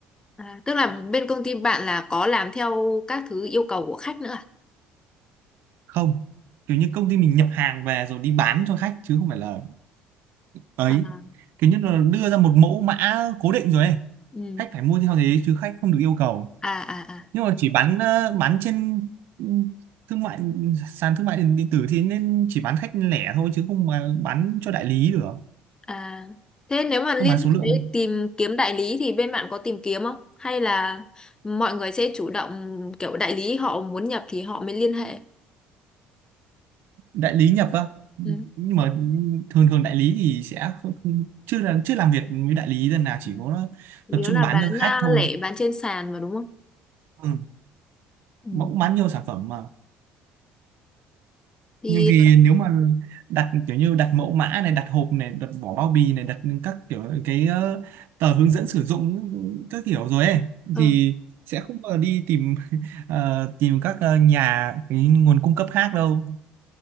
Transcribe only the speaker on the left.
À, tức là bên công ty bạn là có làm theo các thứ yêu cầu của khách nữa à?
À,
ừ.
À à à.
À, thế nếu mà
liên
hệ
với
tìm kiếm đại lý thì bên bạn có tìm kiếm không? Hay là mọi người sẽ chủ động kiểu đại lý họ muốn nhập thì họ mới liên hệ?
Ừ.
Ừ.
Yếu
là
bán
à,
lẻ, bán trên sàn mà đúng không?
Ừ.
Thì
ừ.